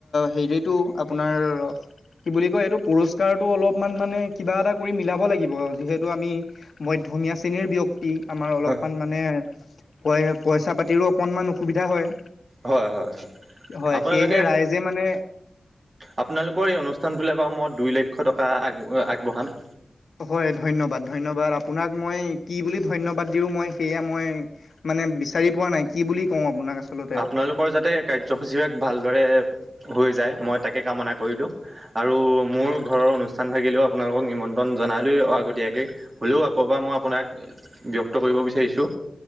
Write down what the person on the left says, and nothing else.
হেৰিটো আপোনাৰ কি বুলি কয় এইটো পুৰস্কাৰটো অলপমান মানে কিবা এটা কৰি মিলাব লাগিব যিহেতু আমি মধ্য ম চেনীৰ ব্যক্ত কি আমাৰ অলপমান
মানে ক পইচা পাতিৰো অকনমান অসুবিধা হয়।
হয়
সেয়েহে ৰাইজে মানে
হয় ধন্যবাদ ধন্যবাদ আপোনাক মই কি বুলি ধন্যবাদ দিওঁ মই সেয়া মই- মানে বিচাৰি পোৱা নাই কি বুলি কওঁ আপোনাক আচলতে